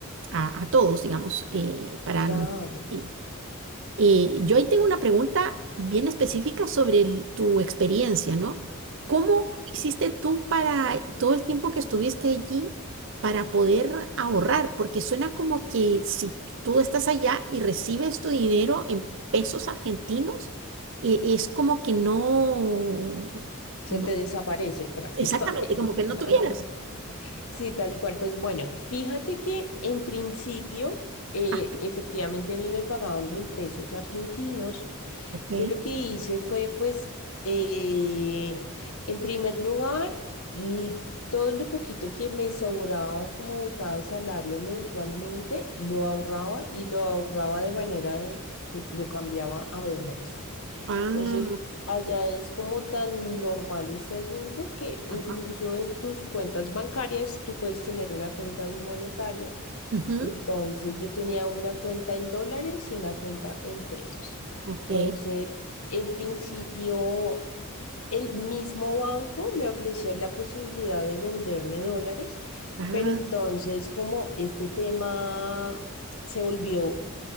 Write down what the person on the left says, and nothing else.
Claro.
Se
te desaparece prácticamente.
<laughs>
Sí, tal cual. Pues bueno, fíjate que en principio, eh,
efectivamente a mí me pagaban en pesos argentinos.
Yo lo que hice fue, pues, eh, en primer lugar, l- todo lo poquito que me sobraba como de cada salario mensualmente, lo ahorraba y lo ahorraba de manera de que lo cambiaba a dólares.
Entonces, allá es como tan normal este asunto que incluso
en tus cuentas bancarias tú puedes tener una cuenta bimonetaria.
Entonces, yo tenía una cuenta en dólares y una cuenta en pesos.
Entonces, en principio, el mismo banco me ofrecía la posibilidad de venderme dólares,
pero entonces como este tema se volvió